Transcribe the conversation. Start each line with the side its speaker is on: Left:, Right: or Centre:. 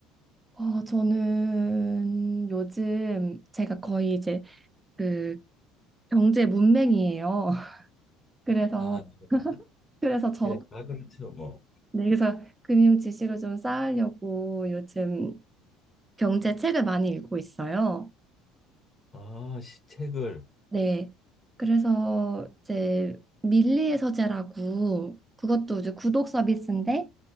Right: 어, 저는 요즘 제가 거의 이제 그 경제 문맹이에요. <laughs> 그래서
Left: 아, 네.
Right: 그래서 저
Left: 예, 아 그렇죠 뭐.
Right: 네, 그래서 금융 지식을 좀 쌓으려고 요즘 경제 책을 많이 읽고 있어요.
Left: 아, 시- 책을
Right: 네. 그래서 이제 밀리의 서재라고 그것도 이제 구독 서비스인데